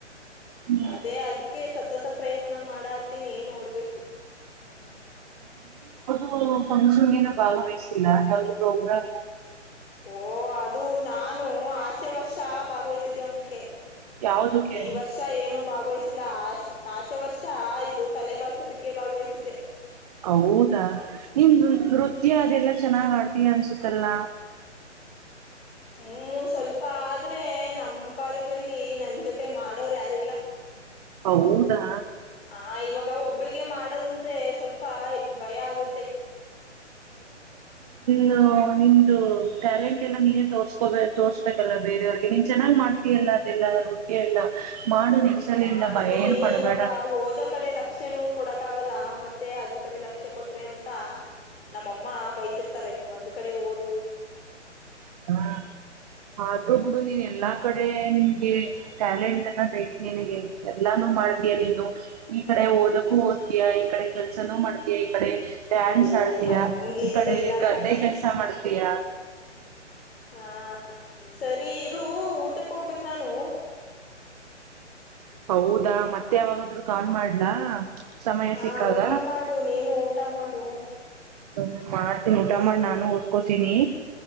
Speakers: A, on the right; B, on the left.
A: ಹ್ಮ.
B: ಅದೇ ಅದಕ್ಕೆ ಸತತ ಪ್ರಯತ್ನ ಮಾಡತೀನಿ ನೋಡ್ಬೇಕು.
A: ಉ ಫಂಕ್ಷನ್ಗೇನು ಭಾಗವಹಿಸಿಲ್ಲ ಯಾವ್ದು ಪ್ರೋಗ್ರಾಮು.
B: ಓ ಅದು ನಾನು ಆ ಚ್ಚೆ ವರ್ಷ ಭಾಗವಹಿಸಿದ್ದೆ ಒಂದುಕೆ.
A: ಯಾವ್ದಕ್ಕೆ
B: ಈ ವರ್ಷ ಏನು ಭಾಗವಹ್ಸಿಲ್ಲ ಅಷ್ ಆಚೆ ವರ್ಷ ಇದು ತಲೆ ಬಾಚೋದಕ್ಕೆ ಭಾಗವಹಿಸಿದೆ.
A: ಹೌದಾ ನಿನ್ ನೃ ನೃತ್ಯ ಅದೆಲ್ಲಾ ಚೆನ್ನಾಗ್ ಹಾಡ್ತೀಯ ಅನ್ಸುತ್ತಲ್ಲ.
B: ಹ್ಮ ಮು ಸ್ವಲ್ಪ ಆದ್ರೆ ನಮ್ ಕಾಲೇಜಲ್ಲಿ ನನ್ ಜೊತೆ ಮಾಡೋರ್ ಯಾರಿಲ್ಲ.
A: ಹೌದಾ
B: ಹ ಇವಾಗ ಒಬ್ಬಳಿಗೆ ಮಾಡ್ ಮಾಡದಂದ್ರೆ ಸ್ವಲ್ಪ ಭಯ ಆಗುತ್ತೆ.
A: ನೊ ನಿನ್ದು ಟ್ಯಾಲೆಂಟ್ ಎಲ್ಲ ನೀನೇ ತೋರ್ಸ್ಕೊ ತೋರ್ಸ್ಬೇಕಲ್ಲ ಬೇರೆಯವ್ರಿಗೆ ನೀನ್ ಚೆನ್ನಾಗ್ ಮಾಡ್ತೀಯಲ್ಲ ಅದೆಲ್ಲ ನೃತ್ಯ ಎಲ್ಲ. ಮಾಡು
B: ಅದೇ
A: ನೆಕ್ಸ್ಟ್ ಸಲಿಂದ
B: ಮಾಡ್ತೀನಿ
A: ಭಯ ಏನ್ ಪಡ್ಬೇಡ
B: ಇವಾಗ ಓದೋ ಕಡೆ ಲಕ್ಷನೂ ಕೊಡಕಾಗ್ ಆಗಲ್ಲ ಮತ್ತೆ ಅದ್ರ ಕಡೆ ಲಕ್ಷ ಕೊಟ್ರೆ ಅಂತ ನಮ್ಮಮ್ಮ ಬೈತಿರ್ತಾರೆ ಒಂದ್ ಕಡೆ ಓದ್
A: ಹ
B: ಹ್ಮ್
A: ಆದ್ರೂ ಬುಡು ನೀನ್ ಎಲ್ಲಾ ಕಡೆ ನಿನ್ಗೆ ಟ್ಯಾಲೆಂ ಟ್ ಅನ್ದ ಐತ್ ನಿನ್ಗೆ ಎಲ್ಲಾನು ಮಾಡ್ತೀಯ ನೀನು. ಈ ಕಡೆ ಓದಕ್ಕೂ ಓದ್ತಿಯ ಈ ಕಡೆ ಕೆಲ್ಸನೂ ಮಾಡ್ತಿಯ ಈ ಕಡೆ ಡ್ಯಾನ್ಸ್
B: ಏ
A: ಆಡ್ತಿಯ
B: ಹಂಗೇನಿಲ್ಲ
A: ಈ ಕಡೆ ಗದ್ದೆ
B: ಕಣೆ
A: ಕೆಲ್ಸ ಮಾಡ್ತಿಯ.
B: ಹಾ ಸರ್ ರೀ ಇರು ಊಟಕ್ ಹೋಗ್ಬೇಕ್ ನಾನು.
A: ಹೌದಾ ಮತ್ತೆ ಯಾವಾಗಾದ್ರೂ ಕಾಲ್ ಮಾಡ್ಲಾ. ಸಮಯ
B: ಹಾ
A: ಸಿಕ್ಕಾಗ
B: ಊಟ ಮಾಡು ನೀನು ಊಟ ಮಾಡು.
A: ಹ ಮಾಡ್ತೀನಿ ಊಟ ಮಾಡ್ ನಾ ನಾನು ಓದ್ಕೊತೀನಿ.